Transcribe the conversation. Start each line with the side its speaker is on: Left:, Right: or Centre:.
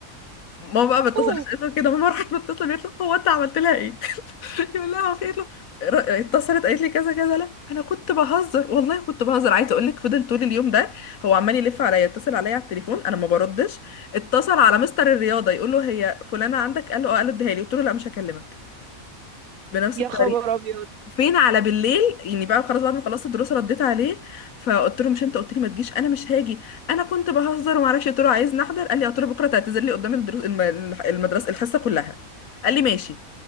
Left: ماما بقى بتصل
Right: اوف
Left: اسال كده ماما راحت متصله قالت له هو انت عملت لها ايه؟ <laughs> يقول لها هو في إيه؟ قالت له "ر- اتصلت قالت لي كذا كذا لا انا كنت بهزر والله كنت بهزر عايزه اقول لك فضل طول اليوم ده هو عمال يلف عليا يتصل عليا على التليفون انا ما بردش اتصل على مستر الرياضه يقول له هي فلانه عندك قال له اه قال له اديها لي قلت له لا مش هكلمك بنفس
Right: يا
Left: الطريقه
Right: خبر ابيض
Left: فين على بالليل يعني بقى خلاص بعد ما خلصت الدروس رديت عليه فقلت له مش انت قلت لي ما تجيش انا مش هاجي انا كنت بهزر وما اعرفش قلت له عايز نحضر قال لي قلت له بكره تعتذر لي قدام الدروس الم- المدرسه الحصه كلها قال لي ماشي